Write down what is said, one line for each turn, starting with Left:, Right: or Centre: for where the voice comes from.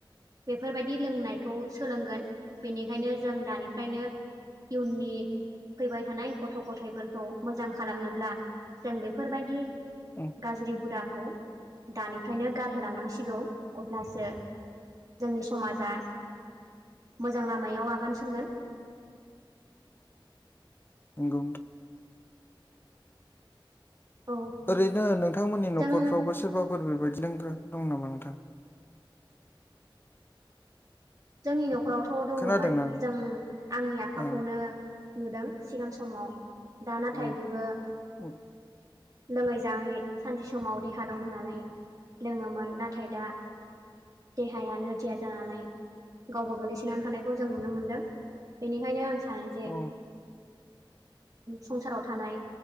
Right: बेफोरबायदि लोंनायखौ सोलोंगोन बेनिखायनो जों दानिफ्रायनो इयुन नि फैबाय थानाय गथ' गथायफोरखौ मोजां खालामनोब्ला जों बेफोरबायदि
Left: उम
Right: गाज्रि हुदाखौ दानिफ्रायनो गारहोलांनांसिगौ अब्लासो जोंनि समाजा मोजां लामायाव आगान सुरगोन
Left: एगौ
Right: औ
Left: ओरैनो नोंथांमोननि
Right: जों
Left: न'खरफ्रावबो सोरबाफोर बेबायदि लोंग्राो दं नामा नोंथां
Right: जोंनि न'खरावथ' दङमोन
Left: खोनादोंना नों?
Right: जों आंनि आफाखौनो
Left: औ
Right: नुदों सिगां समाव दा नाथाय
Left: औ
Right: बेबो
Left: उम
Right: लोङै जाङै सानसे समाव देहा दं होननानै लोङोमोन नाथाय दा देहाया नोरजिया जानानै गावबो गोग्लैसोनानै थानायखौ जों नुनो मोनदों बेनिखायनो आं सानो जे
Left: अ
Right: संसाराव थानाय